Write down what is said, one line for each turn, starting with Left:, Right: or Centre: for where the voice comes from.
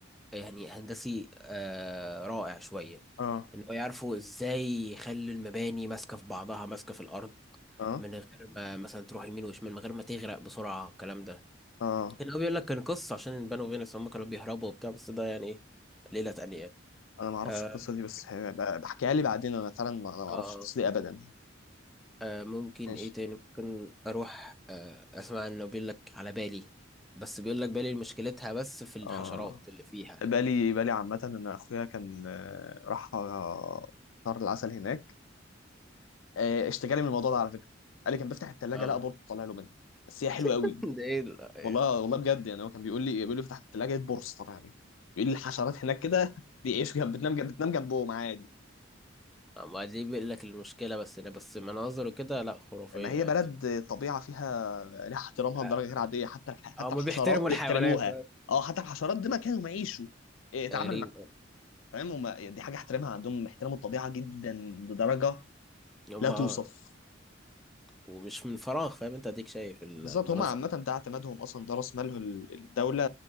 Centre: يعني هندسي آه رائع شوية
Left: اه
Centre: ان هو يعرفوا ازاي يخلي المباني ماسكة في بعضها ماسكة في الارض
Left: اه
Centre: من غير ما مثلا تروح يمين وشمال من غير ما تغرق بسرعة الكلام ده
Left: اه
Centre: هنا هو بيقول لك كان قصة عشان البنو فينوس هم كانوا بيهربوا وبتاع بس ده يعني ايه ليلة تانية يعني.
Left: انا ما اعرفش
Centre: آه,
Left: القصه دي بس هي- ب- بحكيها لي بعدين انا فعلا ما- انا ما
Centre: آه,
Left: اعرفش القصه دي ابدا
Centre: آه ممكن
Left: ماشي
Centre: ايه تاني ممكن اروح آه اسمع انه بيقول لك على بالي بس بيقول لك بالي مشكلتها بس في الحشرات
Left: اه
Centre: اللي فيها
Left: بالي بالي عامه ان اخويا كان آه، راح آه، شهر العسل هناك آه، اشتكى لي من الموضوع ده على فكره قال لي كان بيفتح الثلاجه
Centre: اه
Left: لقى بورصه طالع له منها بس هي حلوه
Centre: <laughs>
Left: قوي
Centre: ده ايه ال-
Left: والله والله بجد يعني هو كان بيقول لي بيقول لي فتحت الثلاجه لقيت بورصه طالع لي بيقول لي الحشرات هناك كده <laughs> بيعيشوا جنب بتنام جنب بتنام جنبهم عادي
Centre: ما دي بيقول لك المشكلة بس إن بس مناظر وكده لا خرافية
Left: ما هي
Centre: عادي
Left: بلد طبيعه فيها لها احترامها
Centre: آه،
Left: لدرجه غير عاديه حتى الح...
Centre: هما
Left: حتى الحشرات
Centre: بيحترموا الحيوانات
Left: بيحترموها اه حتى الحشرات ده مكانهم يعيشوا إيه، اتعامل
Centre: غريب
Left: مع فاهم هم دي حاجه احترامها عندهم احترموا الطبيعه جدا لدرجه
Centre: هما
Left: لا توصف
Centre: اه ومش من فراغ فاهم انت اديك شايف ال-
Left: بالظبط
Centre: المناظر
Left: هم عامه ده اعتمادهم اصلا ده راس مالهم الدوله